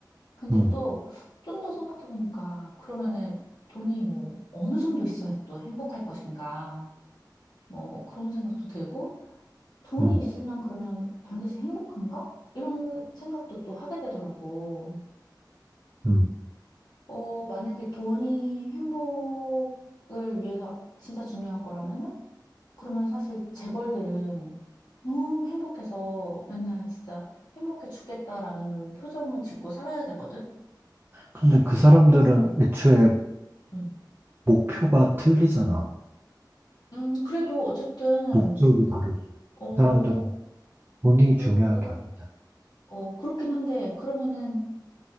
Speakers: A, on the left; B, on the right.
A: 근데
B: 음,
A: 또 좀 더 생각해 보니까 그러면은 돈이 뭐 어느 정도 있어야 또 행복할 것인가 뭐 그런 생각도 들고 돈이
B: 음,
A: 있으면 그러면 반드시 행복한가? 이런 생각도 또 하게 되더라고.
B: 음.
A: 어, 만약에 돈이 행복을 위해서 진짜 중요한 거라면은, 그러면 사실 재벌들은 너무 행복해서 맨날 진짜 행복해 죽겠다라는 표정을 짓고 살아야 되거든?
B: 근데 그 사람들은 애초에
A: 음,
B: 목표가 틀리잖아.
A: 음, 그래도 어쨌든,
B: 목적이 다르지.
A: 어,
B: 그 사람들은 돈이
A: 그렇,
B: 중요한 게 아니잖아.
A: 어, 그렇긴 한데, 그러면은,